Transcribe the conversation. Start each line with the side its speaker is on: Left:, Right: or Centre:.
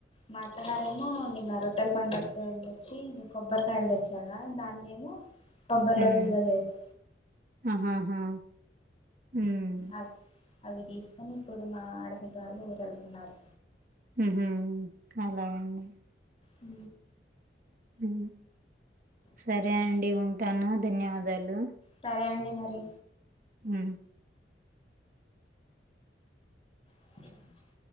Left: మా అత్తగారేమో నిన్న రోటల్ పండుగ కని తెచ్చి కొబ్బరికాయలు తెచ్చారు గద దాన్నేమో పొందర్
Right: హ్మ్.
Left: లౌజులుగా చేసె
Right: ఆహాహా హ్మ్.
Left: అవి అవి తీసుకొని ఇప్పుడు మా ఆడపింటి వాళ్ళు ఊరు వెళ్తున్నారు
Right: ఉహు అలాగండి
Left: ఊ
Right: ఉ సరే అండి ఉంటాను ధన్యవాదాలు
Left: సరే అండి మరి
Right: ఊ
Left: అ